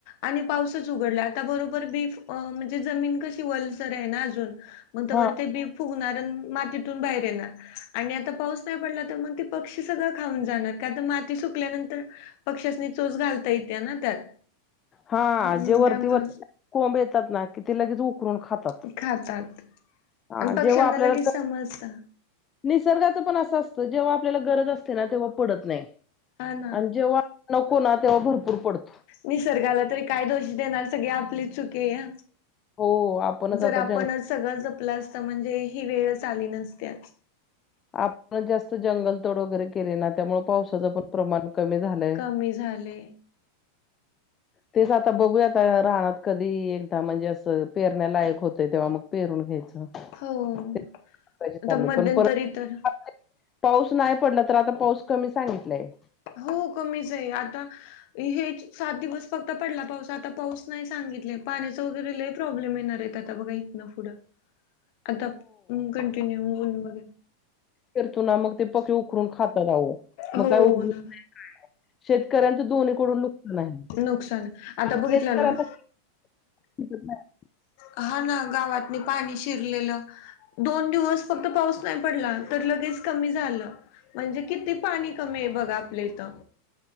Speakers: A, on the left; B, on the left.
A: आणि पाऊसच उघडला. त्या बरोबर बीफ अ म्हणजे जमीन कशी वलसर आहे ना अजून, मग तवर
B: हा
A: ते बीफ फुगणार आणि मातीतून बाहेर येणार आणि आता पाऊस नाही पडला तर मग पक्षी सगळं खाऊन जाणार का तर माती सुकल्यानंतर पक्षासनी चोच घालता येते ना त्यात.
B: हा
A: मग
B: जे वरती-
A: त्यामुळे
B: वरती कोंब येतात ना, की ते लगेच येऊन खातात.
A: ते खातात
B: हा
A: आणि पक्ष्यांना
B: जेव्हा आपल्याला
A: लगेच समजत
B: निसर्गाचं पण असं असतं, जेव्हा आपल्याला गरज असते ना तेव्हा पडत नाही.
A: हा ना
B: आणि जेव्हा नको ना तेव्हा भरपूर पडतो.
A: निसर्गाला तरी काय दोष देणार सगळी आपलीच चुक आहे.
B: हो आपणच
A: जर
B: आता
A: आपणच
B: जंग
A: सगळं जपलं असतं, म्हणजे ही वेळच आली नसते आज.
B: आपणच जास्त जंगलतोड वगैरे केले ना, त्यामुळे पावसाचं पण प्रमाण कमी झालंय.
A: कमी झाले.
B: तेच आता बघूयात, रानात कधी एकदा म्हणजे असं पेरण्यालायक होतं, तेव्हा मग पेरून घ्यायचं.
A: हो
B: ते
A: आता मध्यंतरी
B: <inaudible> पण परत
A: तर
B: <inaudible> पाऊस नाही पडला तर, आता पाऊस कमी सांगितलाय.
A: हो कमीच आहे आता हेच सात दिवस फक्त पडला पाऊस, आता पाऊस नाही सांगितलं, पाण्याच वगैरे लय प्रॉब्लेम येणार आहेत. आता बघा इथंन पुढं.
B: <inaudible>
A: आता कंटिन्यून ऊन मध्ये.
B: करतो ना मग ते पके उखरून खातात अहो, मग
A: हो
B: काय उपयोग नाय
A: ना
B: काय नाय. शेतकऱ्यांचं दोन्हीकडून नुकसान आहे,
A: नुकसान आता
B: पाऊस
A: बघितलं
B: तेच करायला.
A: ना
B: <unintelligible>
A: हा ना गावातनी पाणी शिरलेलं. दोन दिवस फक्त पाऊस नाही पडला तर लगेच कमी झालं म्हणजे किती पाणी कमी आहे बघा आपल्या इथं.